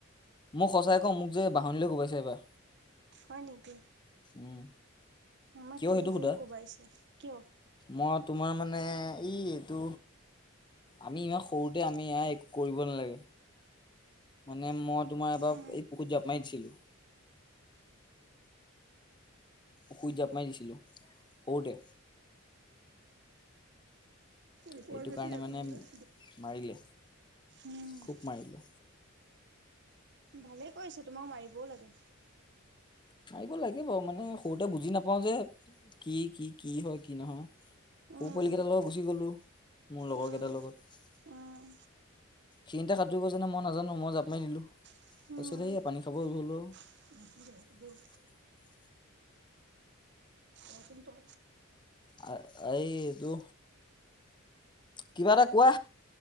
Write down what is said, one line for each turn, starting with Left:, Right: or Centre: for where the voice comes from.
Left: মোক সঁচাই ক মোক যে বাহনী কোবাইছে এবাৰ
Right: হয় নেকি
Left: উম,
Right: আমাক
Left: কিয়
Right: কিহে
Left: সেইটো
Right: কিহে
Left: সোধা?
Right: কোবাইছে কিয়
Left: মই তোমাৰ মানে এই এইটো আমি ইমান সৰুতে আমি কৰিব নালাগে মানে মই তোমাৰ এবাৰ
Right: উম,
Left: এই পুখুৰীত জাপ মাৰি দিছিলো অসুধ জাপ মাই দিছিলো সৰুতে
Right: এইকোৱা
Left: সেইটো
Right: যদি
Left: কাৰণে
Right: ইয়াত
Left: মানে
Right: ললেয়
Left: মাৰিলে
Right: উম
Left: খুব
Right: স
Left: মাৰিলে।
Right: ভালেই কৰিৈছে তোমাক মাৰিবও লাগে
Left: মাৰিব লাগে বাৰু মানে সৰুতে বুজি নাপাও যে কি কি কি হয় কি নহয় সৰু
Right: উম,
Left: পোৱালিকেইটাৰ লগত গুচি গ'লো মোৰ লগৰ
Right: উম,
Left: কেইটাৰ লগত
Right: উম,
Left: সেইিনটা সাঁতুৰিব যোনে মই নাজানো মই জাপ মি দিলো
Right: উম
Left: তাৰপিছত সেই পানী খাব গলো
Right: বল
Left: <inaudible>
Right: তচোন তই
Left: আ আহটো কিবা এটা কোৱা